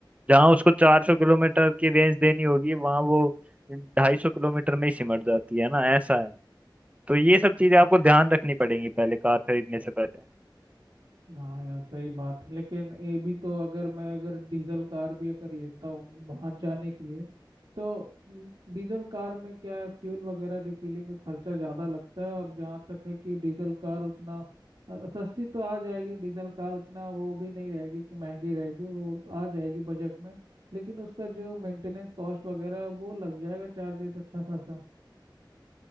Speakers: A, on the right; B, on the right.
A: जहाँ उसको 400 किलोमीटर की रेंज देनी होगी वहां वो 250 किलोमीटर में ही सिमट जाती है ना ऐसा है तो ये सब चीजें आपको ध्यान रखनी पड़ेंगी पहले कार खरीदने से पहले
B: हाँ यार सही बात है लेकिन ये भी तो अगर मैं अगर डीजल कार भी अगर लेता हूँ बाहर जाने के लिए तो डीजल कार में क्या है फ्यूल वगैरह रिफिलिंग का खर्चा ज़्यादा लगता है और जहाँ तक है कि डीजल कार उतना अ, सस्ती तो आ जाएगी डीजल कार उतना वो भी नहीं रहेगी कि महंगी रहेगी वो आ जाएगी बजट में लेकिन उसका जो मेंटेनेंस कॉस्ट वगैरह वो लग जाएगा चार्जेस अच्छा खासा